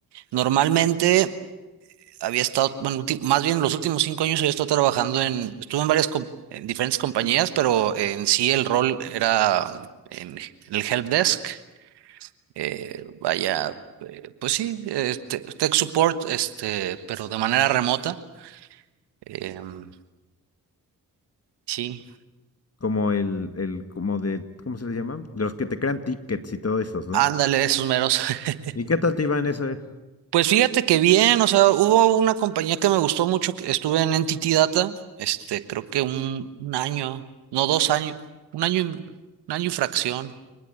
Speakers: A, on the right (about 85°); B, on the left (about 35°).
A: normalmente. había estado, bueno, ulti- más bien los últimos cinco años había estado trabajando en, estuve en varias, com- en diferentes compañías, pero en sí el rol era en el help desk, eh, vaya, eh, pues sí, este, tech support, este, pero de manera remota, em, sí,
B: Como el, el, como de, ¿cómo se les llama? De los que te crean tickets y todo esos, ¿no?
A: ándale, esos meros. <laughs>
B: ¿Y qué tal te iba en ese?
A: Pues fíjate que bien, o sea, hubo una compañía que me gustó mucho, que estuve en Entity Data, este, creo que un, un año, no dos años, un año, y- un año y fracción.